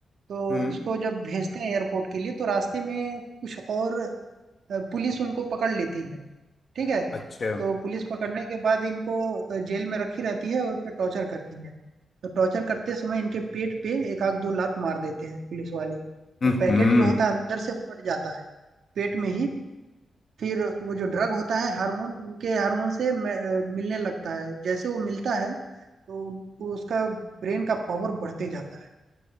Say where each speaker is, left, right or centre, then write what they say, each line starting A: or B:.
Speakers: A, on the right (about 70°); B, on the left (about 35°).
A: तो
B: हम्म
A: इसको जब भेजते हैं एयरपोर्ट के लिए तो रास्ते में कुछ और अ, पुलिस उनको पकड़ लेती है ठीक है
B: अच्छा
A: तो पुलिस पकड़ने के बाद इनको अ, जेल में रखी रहती है और फिर टॉर्चर करती है तो टॉर्चर करते समय इनके पेट पे एक आध दो लात मार देते हैं पुलिस वाले तो
B: हम्म
A: पैकेट जो होता है अंदर से फट जाता है पेट में ही फिर वो जो ड्रग होता है हार्मोन उनके हार्मोन से म- अ, मिलने लगता है जैसे वो मिलता है तो उसका ब्रेन का पावर बढ़ते जाता है